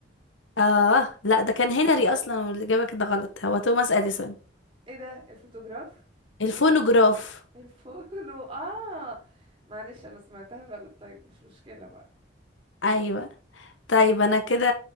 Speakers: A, on the left; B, on the right.
A: اه لا ده كان هنري اصلا والاجابة كده غلط هو توماس اديسون
B: ايه ده الفوتوغراف
A: الفونوغراف
B: الفولو <laughs> اه معلش انا سمعتها غلط طيب مش مشكلة بقى
A: ايوه طيب انا كده